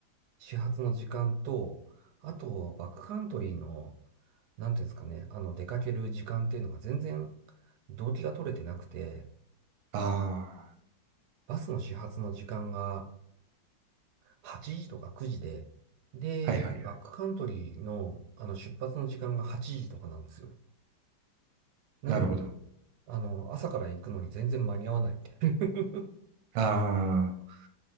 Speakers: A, on the right; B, on the right.
A: 始発の時間と、あと、バックカントリーの、なんていうんですかね、あの、出かける時間っていうのが全然、動機が取れてなくて、
B: あ
A: バスの始発の時間が、8時とか9時で、で、
B: あ、はいはいはい。
A: バックカントリーの、あの出発の時間が8時とかなんですよ。なので、
B: なるほど。
A: あの、朝から行くのに全然間に合わない。<laughs>
B: ああ、